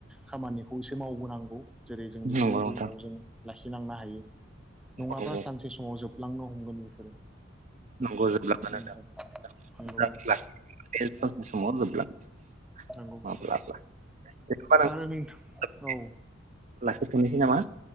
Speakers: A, in the centre; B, on the right (about 40°).
A: खामानिखौ एसे मावबोनां गौ जेरै जों बेखौ
B: नंगौ नोंथां
A: इयुनाव जों लाखिलांनो हायो। नङाबा
B: औ औ
A: सानसे समाव जोब लांनो हमगोन बेफोरो।
B: नंगौ जोबलांगोन
A: नोंथां
B: नोंथां
A: नंगौ नोंथां
B: <unintelligible> सानसे समाव जोबलाङो।
A: नंगौ
B: माब्ला बा दे ओमबा नोंथां
A: आरो
B: <unintelligible>
A: औ
B: लाखिथ'नि। सै नामा?